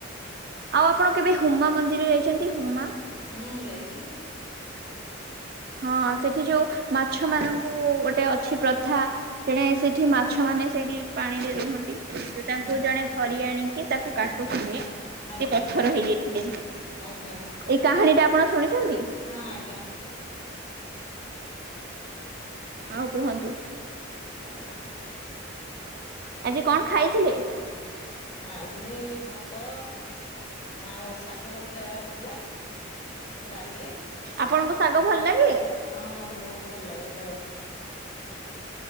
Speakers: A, on the right; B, on the left.
A: ଆଉ ଆପଣ କେବେ ହୁମା ମନ୍ଦିରରେ ଯାଇଚନ୍ତି ହୁମା?
B: ହୁଁ ଯାଇଚି।
A: ହଁ ସେଠି ଯୋଉ ମାଛ ମାନଙ୍କୁ ଗୋଟେ ଅଛି ପ୍ରଥା ଜଣେ ସେଇଠି ମାଛ ମାନେ ସେଇଠି ପାଣିରେ ରୁହନ୍ତି। ତ ତାଙ୍କୁ
B: ହୁଁ
A: ଜଣେ ଧରି ଆଣିକି ତାକୁ କାଟୁଥିଲେ
B: ଆଜ୍ଞା
A: ସେ ପଥର ହେଇଯାଇଥିଲେ।
B: ଆଜ୍ଞା
A: ଏଇ କାହାଣୀ ଟା ଆପଣ ଶୁଣିଚନ୍ତି?
B: ହଁ ଆଜ୍ଞା।
A: ଆଉ କୁହନ୍ତୁ।
B: ଆଜ୍ଞା।
A: ଆଜି କଣ ଖାଇଥିଲେ?
B: ଆଜି ଭାତ ଆଉ ଶାଗ ହରିକା ହେଇଥିଲା। ଡାଲି
A: ଆପଣଙ୍କୁ ଶାଗ ଭଲ ଲାଗେ?
B: ହଁ ମତେ ବହୁତ ଭଲ ଲାଗେ ଶାଗ।